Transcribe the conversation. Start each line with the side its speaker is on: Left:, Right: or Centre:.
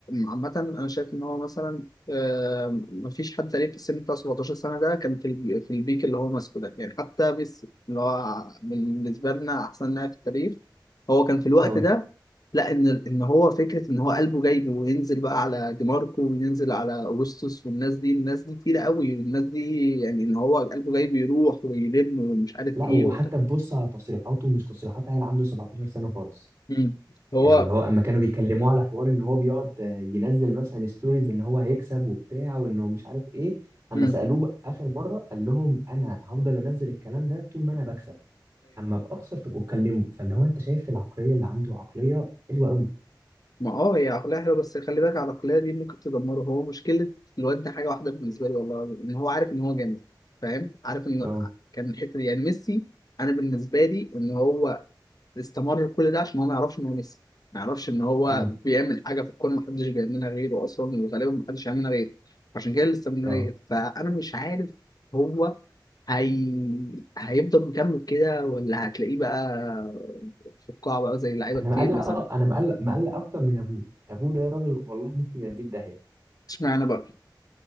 Left: عامه انا شايف ان هو مثلا آه، مفيش حد تقريبا في السن بتاع 17 سنه ده كان في البي- في البيك اللي هو ماسكه ده يعني حتى بس اللي هو بالنسبه لنا احسن لاعب في التاريخ هو كان في الوقت
Right: اه.
Left: ده لا ان ان هو فكره ان هو قلبه جايبه وينزل بقى على ديماركو وينزل على اوغسطس والناس دي الناس دي تقيله قوي الناس دي يعني ان هو قلبه جايبه يروح ويلم ومش عارف
Right: لا
Left: ايه
Right: وحتى
Left: وت...
Right: تبص على تصريحاته مش تصريحات عيل عنده 17 سنه خالص
Left: مم. هو
Right: يعني اللي هو اما كانوا بيكلموه على حوار ان هو بيقعد آه، ينزل مثلا ستوريز ان هو هيكسب وبتاع وانه مش عارف ايه اما
Left: امم
Right: سالوه بقى اخر مره قال لهم انا هفضل انزل الكلام ده طول ما انا بكسب اما باخسر تبقوا اتكلموا فاللي هو انت شايف العقليه اللي عنده عقليه حلوه قوي
Left: ما اه هي عقلية حلوة بس خلي بالك العقلية دي ممكن تدمره هو مشكلة الواد ده حاجة واحدة بالنسبة لي والله إن هو عارف إن هو جامد فاهم عارف إن
Right: اه
Left: كان الحتة دي يعني ميسي أنا بالنسبة لي إن هو استمر كل ده عشان هو ما يعرفش إن هو ميسي ما يعرفش إن هو
Right: امم
Left: بيعمل حاجة في الكورة محدش بيعملها غيره أصلا وغالبا محدش يعملها غيره عشان كده الاستمرارية
Right: اه
Left: فأنا مش عارف هو هي... هيفضل مكمل كده ولا هتلاقيه بقى في القاع بقى زي لعيبة
Right: انا
Left: كتير
Right: مقلق
Left: مثلا
Right: انا مقلق مقلق اكتر من ابوه ابوه ده راجل والله ممكن يوديه في داهيه
Left: اشمعنى بقى